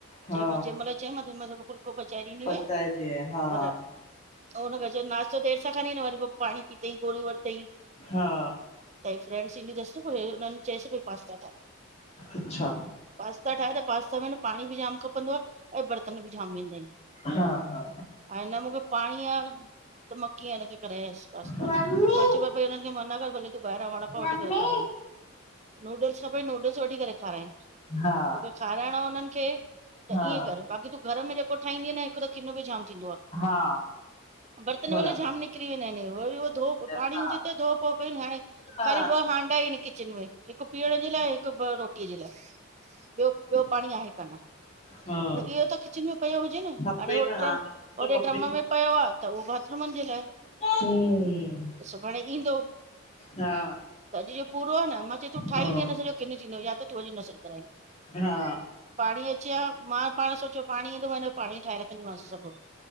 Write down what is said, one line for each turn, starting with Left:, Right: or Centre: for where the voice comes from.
Left: हा
Right: चयमास जंहिं माल चए मा फुल्को पचाए ॾींदी
Left: पचाईंदी
Right: माऍ।
Left: आहियां हा
Right: पर हुनखे जो नाश्तो देर सां खणी वरी। पाणी पीतई गोरी वरितई
Left: हा
Right: त फ्रेंडस ईंदी अथसि न हुननि। पास्ता ठाहे,
Left: अच्छा
Right: पास्ता ठाऍ त पास्ता में न पाणी बि जाम खप। ईनमे बरतन भी जाम वेन्दा आहेन,
Left: हा हा
Right: ऐ न मुखे पाणी आ। त मा कीय इनखे करायस। पास्ता
Left: मम्मी
Right: मां भई हिननि खे मना कर भले तूं ॿाहिरां वड़ा पा वठी
Left: मम्मी
Right: करे खारान। नूडल्स खपई नूडल्स वठी करे रख।
Left: हा
Right: तोखे खाराइणो हुननि खे त
Left: हा हा
Right: ईअं कर बाक़ी तूं घर में जेको ठाहींदीय हिकु त किन बि जाम थींदो आहे
Left: हा
Right: बर्तन
Left: बराबरि
Right: भले जाम निकिरी वेंदा आहिनि। वरी धो
Left: हा
Right: पाणी हुजे त धो कयो हाण
Left: हा
Right: खाली ॿ हांडा आहिनि किचन में हिकु पीअण जो। हिकु ॿ रोटीअ जे लाइ ॿियो ॿियो पाणी आहे कान।
Left: हा
Right: त इहो त किचन में पियो हुजे न
Left: खपेन
Right: हाणे हो ड्रम।
Left: हा त
Right: ओॾे
Left: खपेन
Right: ड्रम में पियो आहे त उहो बाथरूमनि जे लाइ।
Left: हम्म
Right: त सुभाणे ईंदो। त
Left: हा
Right: अॼु जो पूरो आहे न मां चयोई तूं ठाहदीअ
Left: हा
Right: न सॼो किन थींदो या त तूं अॼु न करान।
Left: हा
Right: पाणी अचे हा मां सोचियो पाणी ईंदो। पाणी ठाहे रखंदीमस सभु